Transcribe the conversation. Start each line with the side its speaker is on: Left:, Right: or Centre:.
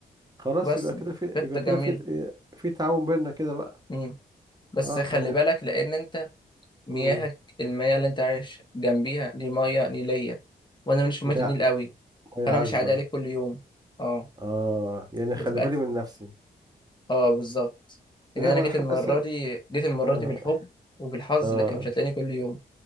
Right: خلاص
Left: بس
Right: يبقى كده في
Left: خطه
Right: يبقى كده
Left: جميله
Right: في في تعاون بيننا كده بقى
Left: مم. بس
Right: اه
Left: خلي
Right: هن
Left: بالك لان انت مياهك
Right: مم.
Left: المياه اللي انت عايش جنبيها دي مياه نيليه وانا ماليش في
Right: مية
Left: مياه النيل قوي
Right: مية
Left: فانا
Right: عذبة
Left: مش عادي عليك كل يوم اه
Right: اه يعني
Left: بتبقى
Right: خلي بالي من نفسي
Left: اه بالظبط ان
Right: لا
Left: انا
Right: ما
Left: جيت
Right: انا هبقى
Left: المره
Right: س...
Left: دي جيت
Right: اه
Left: المره دي بالحب وبالحظ
Right: اه
Left: لكن مش هتلاقيني كل يوم